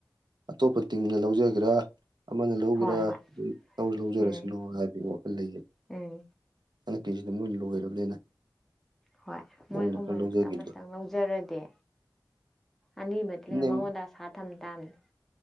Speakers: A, on the right; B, in the centre.
A: ꯑꯇꯣꯞꯄ ꯇꯤꯡꯅ ꯂꯧꯖꯒꯦꯔꯥ ꯑꯃꯅ ꯂꯧꯒꯦꯔꯥ
B: ꯍꯣꯏ ꯍꯣꯏ
A: ꯑꯗꯨꯝ ꯂꯧ ꯂꯧꯖꯔꯁꯅꯨ
B: ꯎꯝ
A: ꯍꯥꯏꯕꯒꯤ ꯋꯥꯈꯜ ꯂꯩꯒ
B: ꯎꯝ
A: ꯍꯟꯗꯛꯀꯤꯖꯤꯗꯤ ꯃꯣꯏ ꯂꯣꯏꯔꯕꯅꯤꯅ
B: ꯍꯣꯏ
A: ꯃꯣꯏꯅ
B: ꯃꯣꯏ ꯑꯍꯨꯝꯃꯔꯛꯇ
A: ꯈꯔ ꯂꯧꯖꯈꯤꯕꯗꯣ
B: ꯑꯃꯇꯪ ꯂꯧꯖꯔꯗꯤ ꯑꯅꯤꯃ <unintelligible>
A: ꯅꯦꯝ
B: ꯃꯉꯣꯟꯗ ꯑꯁꯥ ꯊꯝ ꯇꯥꯝꯅꯤ